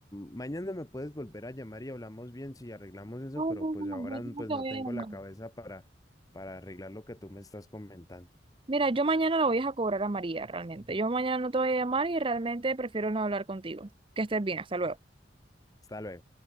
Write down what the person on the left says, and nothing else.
mañana me puedes volver a llamar y hablamos bien si arreglamos eso,
pero
pues
ahora
pues
no
tengo
la cabeza para, para arreglar lo que tú me estás comentando.
Hasta luego.